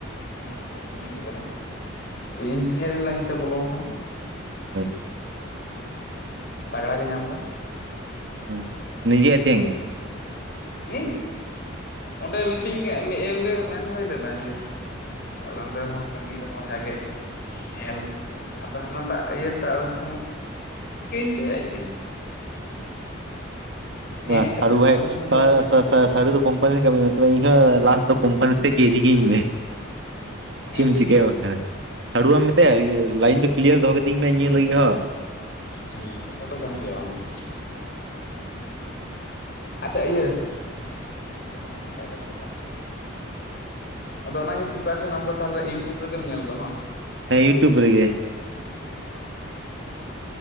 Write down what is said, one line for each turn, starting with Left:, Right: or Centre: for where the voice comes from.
Left: ᱦᱩᱸ ᱠᱳᱢᱯᱟᱱᱤ ᱜᱮ ᱠᱟᱱᱟᱭ ᱤᱧᱡᱤᱱᱤᱭᱟᱨᱤᱝ ᱞᱟᱭᱤᱱ ᱛᱮ ᱵᱚᱞᱚᱣᱟᱠᱟᱱᱟ ᱾
Right: ᱟᱪᱪᱷᱟ᱾
Left: ᱛᱟᱜᱽᱲᱟ ᱜᱮ ᱧᱟᱢ ᱫᱟᱭ᱾
Right: ᱦᱩ ᱱᱤᱡᱮ ᱟᱡ ᱛᱮᱧᱟᱝ ᱜᱮ?
Left: ᱦᱤᱸᱭᱟ ᱚᱸᱰᱮ ᱢᱤᱛᱟᱹᱧ ᱚᱸᱰᱮ ᱢᱮᱱ ᱦᱩᱭ ᱞᱮᱱᱟ ᱡᱮ ᱟᱞᱮ ᱱᱚᱰᱮ ᱦᱚ ᱠᱟᱹᱢᱤ ᱨᱮᱦᱚ ᱡᱟᱜᱮ ᱧᱮᱞ ᱟᱫᱚ ᱦᱟᱱᱟᱴᱟᱜ ᱤᱭᱟᱹ ᱛᱚ ᱩᱱ ᱥᱚᱢᱚᱭ ᱪᱤᱠᱟᱹᱭᱮᱱ ᱪᱚᱭ ᱟᱡᱜᱮ ᱦᱮᱸ
Right: ᱵᱟᱦ
Left: ᱠᱟᱛᱮᱫ
Right: ᱥᱟᱲᱩ ᱵᱷᱟᱭ
Left: ᱵᱟᱝ ᱵᱩᱝ
Right: ᱛᱚ
Left: ᱵᱟᱲᱟ ᱠᱮᱫᱟ
Right: ᱥᱟᱼᱥᱟᱼᱥᱟᱲᱩ ᱫᱚ ᱠᱚᱢᱯᱟᱱᱤ ᱨᱮ ᱠᱟᱹᱢᱤ ᱢᱮᱱᱛᱮ ᱟᱫᱚ ᱤᱧᱦᱚ ᱞᱟᱦᱟ ᱥᱮᱫ ᱫᱚ ᱠᱩᱢᱯᱟᱱᱤ ᱥᱮᱡ ᱜᱮ ᱤᱫᱤ ᱠᱤᱧ ᱢᱮ,
Left: ᱦᱮᱸ
Right: ᱪᱮᱢ ᱪᱤᱠᱟᱹᱭᱟ ᱵᱟᱝᱠᱷᱟᱱ? ᱥᱟᱹᱲᱩ ᱵᱟᱢ ᱢᱮᱛᱟᱭᱟ ᱤᱭᱟᱹ ᱞᱟᱭᱤᱱ ᱫᱚ ᱠᱞᱤᱭᱟᱨ ᱫᱚᱦᱚ ᱠᱟᱹᱛᱤᱧ ᱢᱮ ᱤᱧᱟᱹᱜ ᱞᱟᱹᱜᱤᱫ ᱦᱚᱸ᱾
Left: ᱦᱮᱸ ᱠᱟᱛᱷᱟ ᱫᱚ ᱠᱟᱱ ᱜᱮᱭᱟ, ᱵᱟᱝ ᱫᱚ ᱵᱟᱝ᱾ ᱟᱪᱪᱷᱟ ᱤᱭᱟᱹ ᱦᱩᱸ ᱚᱱᱟ ᱦᱚᱸ ᱱᱟᱯᱟᱭ ᱠᱟᱛᱷᱟ ᱠᱟᱱ ᱜᱮᱭᱟ ᱾ ᱟᱫᱚ ᱚᱱᱟ ᱜᱮ ᱯᱨᱤᱯᱟᱨᱮᱥᱮᱱ ᱟᱢ ᱫᱚ ᱛᱟᱦᱞᱮ ᱤᱭᱩᱴᱩᱵᱽ ᱨᱮᱜᱮᱢ ᱧᱮᱞ ᱫᱟ ᱵᱟᱝ?
Right: ᱦᱮᱸ ᱤᱭᱩᱴᱩᱵᱽ ᱨᱮᱜᱮ᱾